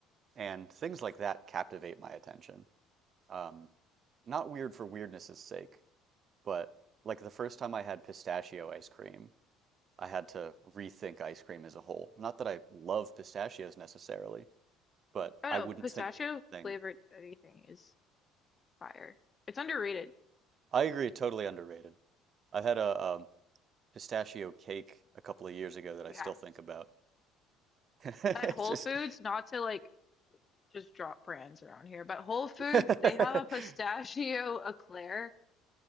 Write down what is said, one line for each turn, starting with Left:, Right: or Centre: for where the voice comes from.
Right: And things like that captivate my attention. Um, not weird for weirdness' sake, but like the first time I had pistachio ice cream, I had to rethink ice cream as a whole. Not that I love pistachios necessarily, but
Left: Oh
Right: I
Left: no,
Right: wouldn't
Left: pistachio
Right: think of it as a thing.
Left: flavored anything is fire. It's underrated.
Right: I agree, totally underrated. I had a um, pistachio cake a couple of years ago that I
Left: Yeah.
Right: still think about. <laughs> It's
Left: At Whole
Right: Just
Left: Foods, not to like just drop brands around here, but Whole Foods,
Right: <laughs>
Left: they have a pistachio eclair.